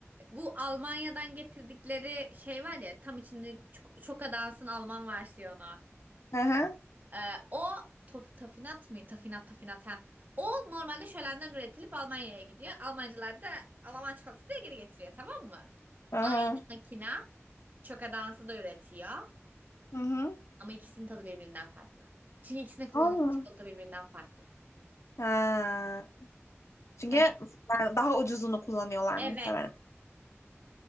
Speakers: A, on the right; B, on the left.
A: Bu Almanya'dan getirdikleri şey var ya tam içinde çok çok dansın Alman versiyonu.
B: Hı hı.
A: Ee, o tof, tafinat mı? Tafinat tafinat ha. O normalde şölenden üretilip Almanya'ya gidiyor. Almancılar da Alman çikolatası diye geri getiriyor tamam mı?
B: Aha.
A: Aynı makina çoka dansı da üretiyor.
B: Hı hı.
A: Ama ikisinin tadı birbirinden farklı. Çünkü ikisine kullanılan
B: Allah.
A: çikolata birbirinden farklı.
B: Ha. Çünkü
A: Hani
B: yani daha ucuzunu kullanıyorlar
A: evet.
B: muhtemelen.